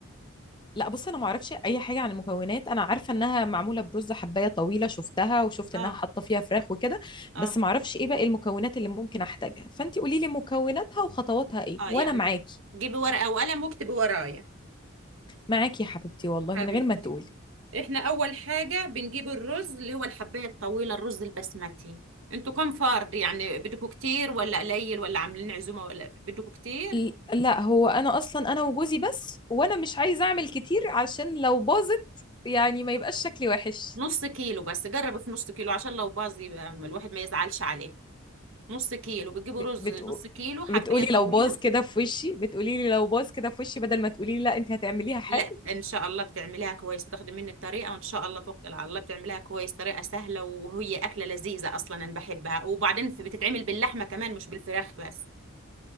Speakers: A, on the left; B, on the right.
A: <laughs> لأ بُصّي أنا ما اعرفش أي حاجة عن المكونات، أنا عارفة إنها معمولة برُز حبّاية طويلة شُفتها، وشُفت
B: اه
A: إنها حاطة فيها فراخ وكده،
B: اه
A: بس ما اعرفش إيه باقي المكونات اللي ممكن أحتاجها، فأنتِ قولي لي مكوناتها وخطواتها إيه،
B: اه
A: وأنا
B: يعني
A: معاكِ،
B: هت- جيبي ورقه وقلم واكتبي ورايا
A: معاكِ يا حبيبتي والله
B: حبيبتي
A: من غير ما تقولي.
B: احنا اول حاجة بنجيب الرز اللي هو الحباية الطويلة الرز البسمتي انتوا كم فرد يعني بدكوا كتير ولا قليل ولا عاملين عزومة ولا بدكوا كتير
A: ل- لا هو انا اصلا انا وجوزي بس وانا مش عايزه اعمل كتير عشان لو باظت يعني ما يبقاش شكلي وحش
B: نص كيلو بس جربوا في نص كيلو عشان لو باظ يبقى ما- الواحد ما يزعلش عليه نص كيلو بتجيبوا
A: ب-
B: رز
A: بتقو...
B: نص كيلو حباية
A: بتقولي
B: طويلة
A: لو باظ كده في وشي بتقولي لي لو باظ كده في وشي بدل ما تقولي لي لا انت هتعمليها حلو
B: لا ان شاء الله بتعمليها كويس بتاخدي مني الطريقة وان شاء الله توكل على الله بتعمليها كويس طريقة سهلة وهي أكلة لذيذة اصلا انا بحبها وبعدين بتتعمل باللحمة كمان مش بالفراخ بس